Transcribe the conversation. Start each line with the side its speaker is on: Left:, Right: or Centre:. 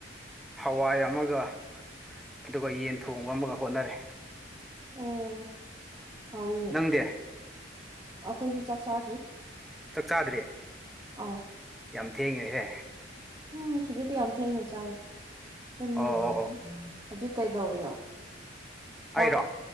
Centre: ꯍꯋꯥꯏ ꯑꯃꯒ ꯑꯗꯨꯒ ꯌꯦꯟ ꯊꯣꯡꯕ ꯑꯃꯒ ꯍꯣꯠꯅꯔꯦ
Right: ꯑꯣꯝ ꯍꯥꯎꯅꯦ
Centre: ꯅꯪꯗꯤ
Right: ꯑꯩꯈꯣꯏꯒꯤ ꯆꯥꯛ ꯆꯥꯗ꯭ꯔꯤ
Centre: ꯆꯥꯛ ꯆꯥꯗ꯭ꯔꯤꯌꯦ
Right: ꯑ
Centre: ꯌꯥꯝ ꯊꯦꯡꯉꯦꯈꯦ
Right: ꯎꯝ ꯁꯤꯗꯤꯗꯤ ꯌꯥꯝ ꯊꯦꯡꯅ ꯆꯥꯏ ꯎꯝ
Centre: ꯑꯣ ꯑꯣ ꯑꯣ
Right: ꯎꯝ ꯍꯧꯖꯤꯛ ꯀꯩꯗꯧꯔꯤꯅꯣ ꯆꯥꯛ
Centre: ꯑꯩꯔꯣ